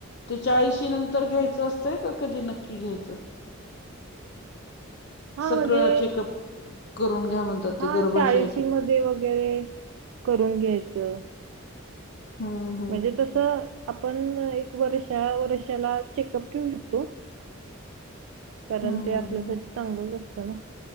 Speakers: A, on the left (about 55°); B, on the right (about 85°).
A: ते चाळीशी नंतर घ्यायचं असतंय का कधी नक्की घ्यायच?
B: हा
A: सगळं
B: म्हणजे
A: चेकअप करून घ्या म्हणतात
B: हा
A: ते गर्भाशयाची
B: चाळीसी मध्ये वगैरे करून घ्यायचं
A: हा.
B: म्हणजे तस आपण एक वर्षा वर्षाला चेकअप ठेऊ शकतो. कारण
A: हम्म
B: ते आपल्यासाठी
A: हम्म
B: चांगलंच असतं ना.